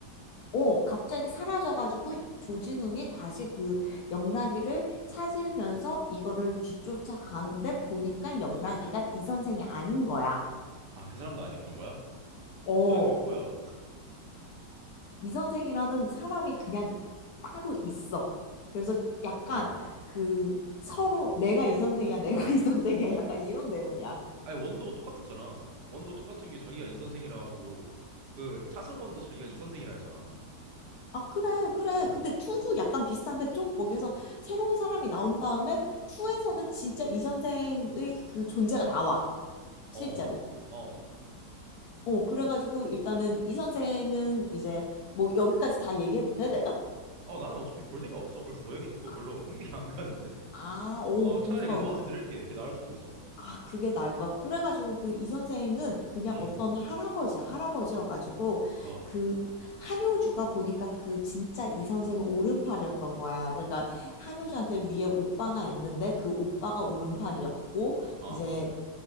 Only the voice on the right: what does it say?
아, 그 사람도 아니었던 거야?
도대체 누구야?
어,
아니 원도 똑같았잖아. 원도 똑같은 게 자기가 이 선생이라고, 그 차승원도 자기가 이 선생이라 했잖아.
어,
어,
어.
어, 나는 어차피 볼 생각 없어. 벌써 너 얘기 듣고
별로 흥미가 안 가는데?
어,
차라리 그냥 너한테 들을게. 그게 나을 수도 있어.
음,
음,
어,
어,